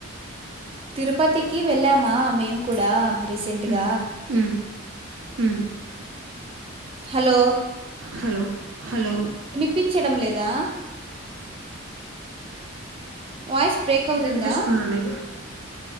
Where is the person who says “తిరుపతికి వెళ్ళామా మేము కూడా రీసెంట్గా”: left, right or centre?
Right